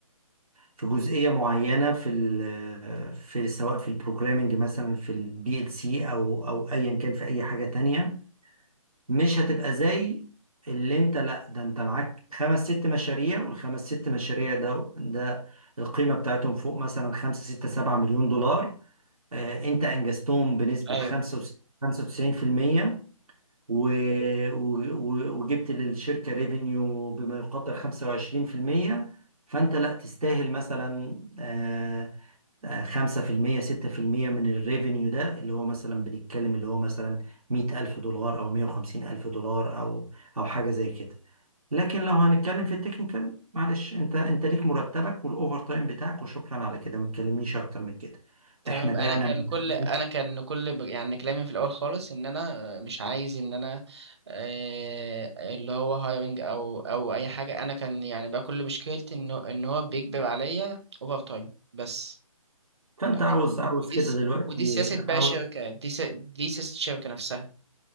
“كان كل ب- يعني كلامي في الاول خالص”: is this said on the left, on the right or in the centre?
Right